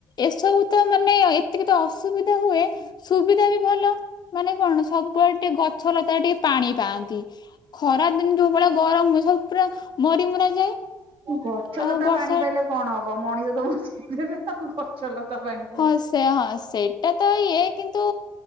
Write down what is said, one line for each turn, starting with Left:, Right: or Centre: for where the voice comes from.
Left: ଏସବୁ ତ ମାନେ ଏତିକି ତ ଅସୁବିଧା ହୁଏ ସୁବିଧା ବି ଭଲ। ମାନେ କଣ ସବୁଆଡେ ଟିକେ ଗଛ ଲତା ଟିକେ ପାଣି ପାଆନ୍ତି। ଖରା ଦିନ ଯୋଉ ଭଳିଆ ଗରମ ସବୁ ପୁରା ମରି ମୁରା ଯାଏ।
Right: ଗଛ
Left: ଆଉ
Right: ଲତା
Left: ବର୍ଷା
Right: ପାଣି ପାଇଲେ କଣ ହବ? ମଣିଷ ତ ବଞ୍ଚେଇ ଦେବେ। ଆଉ ଗଛ ଲତା ପାଣି ପାଇବେ।
Left: ହଁ ସେ ହଁ ସେଇଟା ତ ଇଏ କିନ୍ତୁ